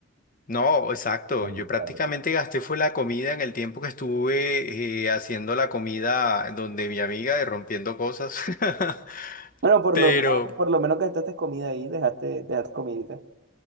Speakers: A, on the left; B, on the right.
A: No, exacto.
B: pues,
A: Yo prácticamente
B: la verdad.
A: gasté fue la comida en el tiempo que estuve eh, haciendo la comida donde mi amiga y rompiendo cosas. <laughs>
B: Bueno, por
A: Pero,
B: lo menos, por lo menos gastaste comida ahí, dejaste, dejaste comidita.